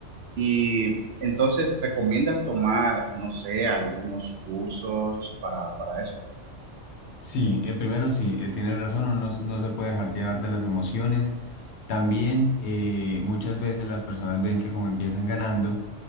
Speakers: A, on the right; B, on the left.
A: Y entonces, ¿recomiendas tomar, no sé, algunos cursos para, para eso?
B: Sí, eh, primero sí, eh, tienes razón, uno no, s- no se puede dejar llevar de las emociones. También eh, muchas veces las personas ven que como empiezan ganando,